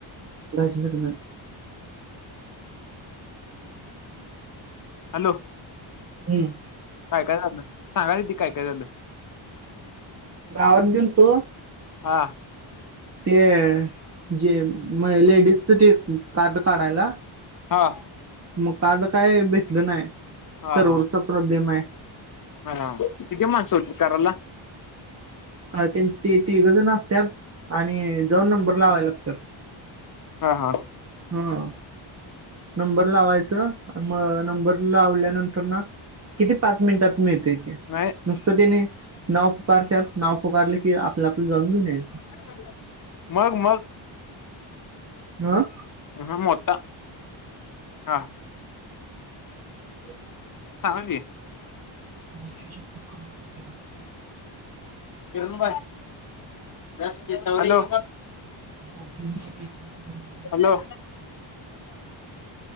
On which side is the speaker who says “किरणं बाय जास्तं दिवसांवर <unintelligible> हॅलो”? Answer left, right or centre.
Left